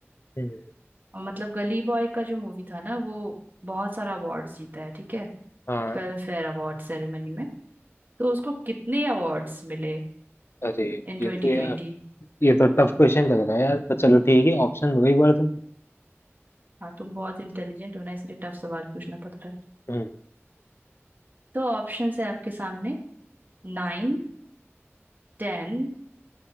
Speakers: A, on the left; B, on the right.
A: हम्म,
B: मतलब गली बॉय का जो मूवी था ना वो बहुत सारा अवार्ड्स जीता है ठीक है
A: हाँ
B: फिल्म फेयर अवार्ड सेरेमनी में तो उसको कितने अवार्ड्स मिले
A: अरे
B: इन
A: ये
B: ट्वेंटी
A: तो यार
B: ट्वेंटी
A: ये तो टफ क्वेश्चन लग रहा है यार पर चलो ठीक है ऑप्शन दो एक बार तुम
B: हाँ तुम बहुत इंटेलिजेंट हो ना इसलिए टफ सवाल पूछना पड़ता है
A: हम्म,
B: तो ऑप्शंस है आपके सामने नाइन टेन